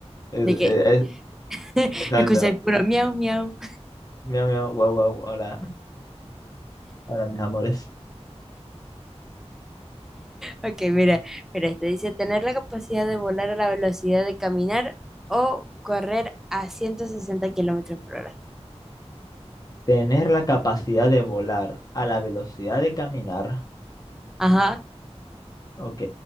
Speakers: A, on the left (about 35°); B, in the centre.
A: Es-
B: De
A: es-
B: que
A: e, es-
B: <laughs>
A: exacto.
B: escucháis puro miau, miau.
A: Miau, miau, guau, guau, hola, hola, mis amores.
B: Ok, mira, mira, este dice tener la capacidad de volar a la velocidad de caminar o correr a 160 kilómetros por hora.
A: Tener la capacidad de volar a la velocidad de caminar,
B: Ajá,
A: ok,